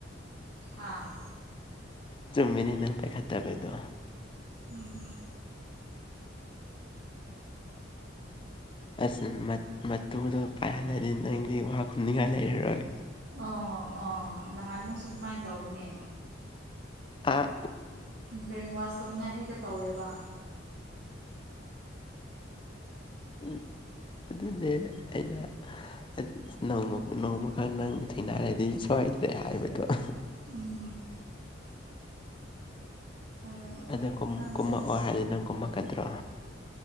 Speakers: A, on the right; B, on the left.
A: ꯍꯥꯥ
B: ꯆꯨꯝꯃꯤꯅꯦ ꯅꯪ ꯄꯥꯏꯈꯠꯇꯕꯗꯣ
A: ꯎꯝ ꯎꯝ
B: ꯑꯁ ꯃꯠ ꯃꯇꯨꯗꯣ ꯄꯥꯏꯍꯜꯂꯗꯤ ꯅꯪꯗꯤ ꯋꯥ ꯈꯨꯝꯅꯤꯡꯉꯥꯏ ꯂꯩꯔꯔꯣꯏ
A: ꯑꯣ ꯑꯣ ꯅꯍꯥꯟꯃꯨꯛꯁꯨ ꯑꯗꯨꯃꯥꯏ ꯇꯧꯕꯅꯦ
B: ꯑꯥ
A: ꯕ꯭ꯔꯦꯟꯋꯥꯁ ꯇꯧꯅꯤꯡꯉꯥꯏ ꯍꯦꯛꯇ ꯇꯧꯋꯦꯕ
B: ꯎꯝ ꯑꯗꯨꯅꯦ ꯑꯩꯅ ꯑꯦꯠ ꯅꯣꯡꯃ ꯅꯣꯡꯃꯀꯥꯟꯅ ꯅꯪꯗꯤ ꯊꯦꯡꯅꯔꯗꯤ ꯁꯣꯏꯗ꯭ꯔꯦ ꯍꯥꯏꯕꯗꯣ
A: ꯎꯝ ꯑꯗꯣ
B: ꯑꯗ ꯀꯨꯝ
A: ꯈꯪꯗꯦ
B: ꯀꯨꯝꯃꯛꯑꯣ ꯍꯥꯏꯗꯤ ꯅꯪ ꯀꯨꯝꯃꯛꯀꯗ꯭ꯔꯣ